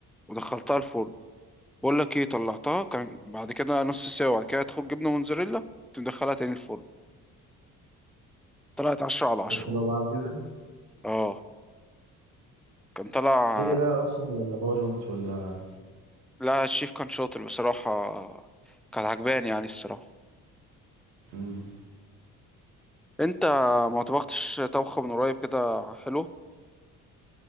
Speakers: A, in the centre; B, on the right (about 80°).
A: ودخلتها الفرن بقول لك ايه طلعتها كان بعد كده نص ساعة وبعد كده تاخد جبنة موتزاريلا تدخلها تاني الفرن طلعت عشرة على عشرة
B: كانت حلوة بقى على كده
A: اه كان طلع
B: هي بقى أصلا ولا بابا جونز ولا
A: لا الشيف كان شاطر بصراحة كان عجباني يعني الصراحة
B: مم.
A: انت ما طبختش طبخة من قريب كده حلو